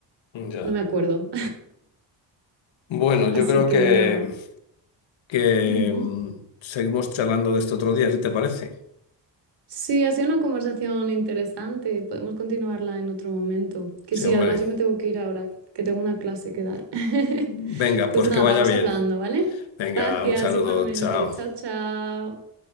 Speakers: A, on the left; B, on the right.
A: Ya.
B: no me acuerdo.
A: Bueno,
B: <laughs> Así
A: yo creo
B: que
A: que,
B: nada.
A: que
B: Ujú.
A: mm, seguimos charlando de esto otro día, si te parece.
B: Sí, ha sido una conversación interesante. Podemos continuarla en otro momento. Que
A: Sí,
B: sí,
A: hombre.
B: además yo me tengo que ir ahora, que tengo una clase que dar. <laughs>
A: Venga,
B: Pues
A: pues
B: nada,
A: que vaya
B: vamos
A: bien.
B: hablando, ¿vale?
A: Venga,
B: Gracias,
A: un saludo,
B: igualmente.
A: chao.
B: Chao, chao.